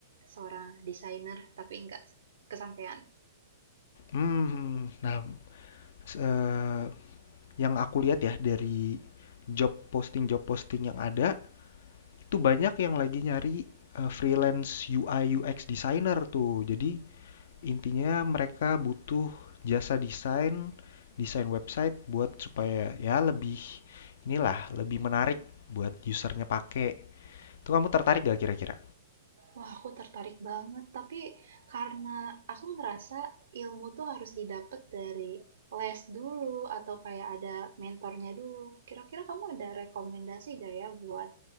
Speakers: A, on the right; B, on the left.
A: seorang desainer, tapi nggak kesampaian.
B: Hmm, nah s- eh, yang aku lihat ya dari job posting job posting yang ada itu banyak yang lagi nyari eh, freelance UI UX designer tuh jadi Intinya mereka butuh jasa desain, desain website buat supaya ya lebih inilah, lebih menarik buat usernya pakai. Itu kamu tertarik gak kira-kira?
A: Wah, aku tertarik banget, tapi karena aku ngerasa ilmu tuh harus didapat dari les dulu atau kayak ada mentornya dulu. Kira-kira kamu ada rekomendasi gak ya buat